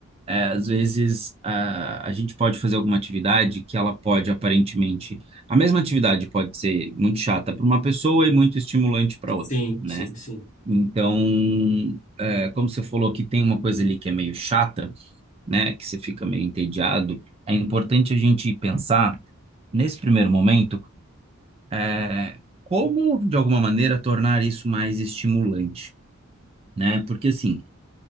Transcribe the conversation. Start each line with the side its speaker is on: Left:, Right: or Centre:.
Right: É, às vezes a, a gente pode fazer alguma atividade que ela pode aparentemente. A mesma atividade pode ser muito chata para uma pessoa e muito estimulante para outra,
Left: Sim,
Right: né?
Left: sim, sim.
Right: Então, é, como você falou que tem uma coisa ali que é meio chata, né? Que você fica meio entediado, é importante a gente pensar, nesse primeiro momento, é, como, de alguma maneira, tornar isso mais estimulante, né? Porque assim.